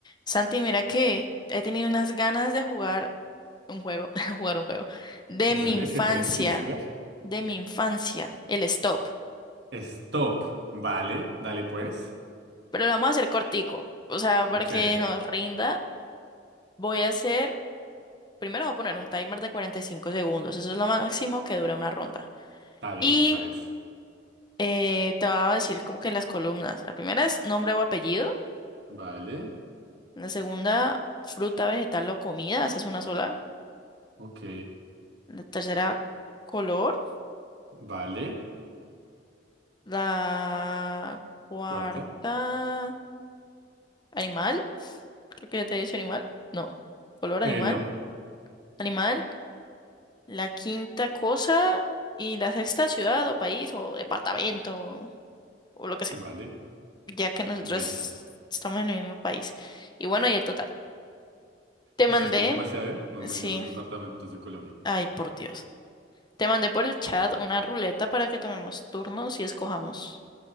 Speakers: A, on the left; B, on the right.
A: Santi, mira que he tenido unas ganas de jugar un juego, <laughs> jugar un juego, de
B: Vale,
A: mi infancia,
B: ¿qué juego quieres jugar?
A: de mi infancia, el stop.
B: Stop. Vale, dale pues.
A: Pero lo vamos a hacer cortico, o sea, para
B: Ok,
A: que nos rinda, voy a hacer, primero voy a poner un timer de 45 segundos, eso es lo máximo que dura una ronda.
B: Está bien,
A: Y
B: me parece.
A: eh, te voy a decir como que las columnas, la primera es nombre o apellido,
B: Vale,
A: la segunda fruta, vegetal o comida, esa es una sola,
B: ok,
A: la tercera color.
B: vale.
A: La cuarta,
B: Cuarta.
A: animal. Creo que ya te he dicho animal. No, color
B: Eh,
A: animal.
B: no,
A: Animal. La quinta cosa. Y la sexta, ciudad o país o departamento o lo que sea,
B: vale.
A: ya que nosotros
B: Ahí está.
A: estamos en el mismo país. Y bueno, y el total. Te
B: Me
A: mandé,
B: estás pidiendo demasiado, ¿eh? No me
A: sí,
B: sé los departamentos de Colombia.
A: ay, por Dios. Te mandé por el chat una ruleta para que tomemos turnos y escojamos.